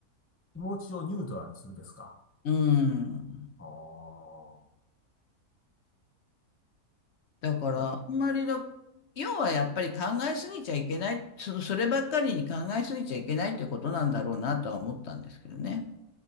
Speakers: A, on the left (about 20°); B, on the left (about 55°).
A: 気持ちをニュートラルにするですか
B: うん。
A: あー。
B: だから、
A: いや
B: あんまりだ、要はやっぱり考えすぎちゃいけない、そ、そればっかりに考えすぎちゃいけないってことなんだろうなとは思ったんですけどね。